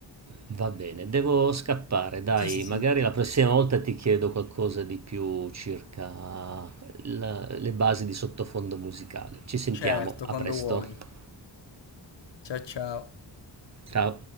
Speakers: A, on the right (about 40°); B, on the left (about 70°).
A: Va bene, devo scappare, dai,
B: Sì, sì, sì.
A: magari la prossima volta ti chiedo qualcosa di più circa la- le basi di sottofondo musicale. Ci sentiamo,
B: Certo,
A: a
B: quando
A: presto.
B: vuoi. Ciao ciao.
A: Ciao.